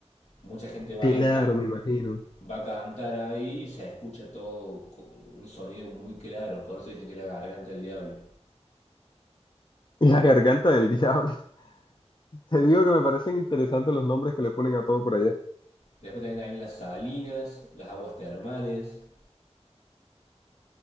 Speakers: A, on the left (about 75°); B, on the left (about 40°).
A: Mucha gente va
B: Claro,
A: a ir acá,
B: me imagino.
A: va a cantar ahí y se escucha todo con un sonido muy claro, por eso dicen que es la garganta del diablo.
B: La garganta del diablo. <laughs> Te digo que me parecen interesantes los nombres que le ponen a todo por allá.
A: Después tenés también las salinas, las aguas termales.